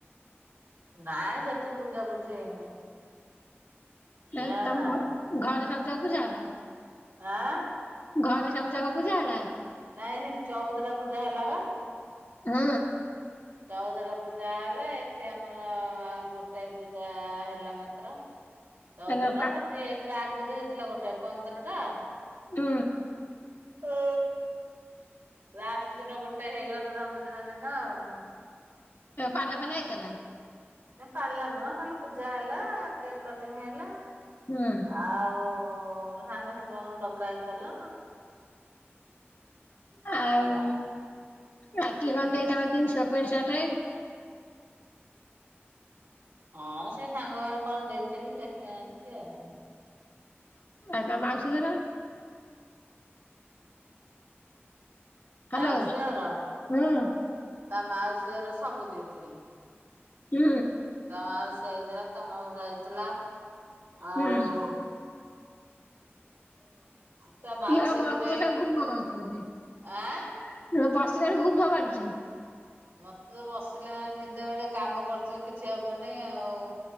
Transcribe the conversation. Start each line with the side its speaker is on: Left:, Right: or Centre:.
Right: ନାଇଁ ସେଠି ପୂଜା ପୁଜି ହେଇନି। ହେଲା
Left: ଆଉ ତମ ଘ ଘରେ ସବୁଯାକ ପୂଜା ହେଲା?
Right: ଆଁ
Left: ଘରେ ସବୁ ଯାକ ପୂଜା ହେଲା?
Right: ନାଇଁ ହେଠି ଚଉଦ ଟା ପୂଜା ହେଲା ବା।
Left: ହୁଁ।
Right: ଚଉଦଟା ପୂଜା ହେଲା, ଏଠି ଆମର ଆଉ ଗୋ ଗୋଟାଏ ପୂଜା ହେଲା ମାତ୍ର, ଚଉଦଟା
Left: ତାଙ୍କର
Right: ସେଠି ହେଇଥିଲା ଆ ଆଗରୁ ହେଇଥିଲା ଗୋଟେ। ପନ୍ଦର ଟା
Left: ହୁଁ।
Right: ଅ ଲାଷ୍ଟ ଦିନ ଗୋଟେ ହେଇଗଲା, ତା ଜନ୍ମଦିନ ଦିନ ଆଉ। <inaudible>
Left: ପାଲା ଫାଲା ହେଇଥେଲା?
Right: ନା ପାଲା ନୁହଁ ଖାଲି ପୂଜା ହେଲା କେକ୍ କଟିଂ ହେଲା।
Left: ହୁଁ
Right: ଆଉ ଓ ସାଙ୍ଗସାଥି ମାନଙ୍କୁ ଡକା ହେଇଥିଲା।
Left: ଆଉ
Right: ହେଲା
Left: ରାକ୍ଷୀ କଣ ଦେଇଥିଲା ଜିନିଷ ପେଣ୍ଟ ସାର୍ଟ?
Right: ହଁ ସେ ସାଙ୍ଗ ମାନେ କଣ ଦେଇଥେଲି ଦେଖିନାହାନ୍ତି ଆଉ।
Left: ଆଉ ତା ମାଉସିଘର? ହ୍ୟାଲୋ
Right: ମାଉସିଘର
Left: ହୁଁ
Right: ତା ମାଉସିଘର ସବୁ ଦେଇଥେଲେ।
Left: ହୁଁ।
Right: ତା ମାଉସୀ ଆଇଥେଲା, ତା ମଉସା ଅଇଥେଲା
Left: ହୁଁ
Right: ଆଉ ତା ମାଉସୀ
Left: ଇଏ ବସ
Right: ଗୋଟେ
Left: <unintelligible> ଘୁମ। <unintelligible>
Right: ଆଁ
Left: <unintelligible> ଘୁମ ମାରୁଚି।
Right: ମତେ ତ ବସିଲେ ମାନେ ନିଦେ ମାଡ଼ିବ କାମ କରୁଥିବି କିଛି ହବନି ଆଉ।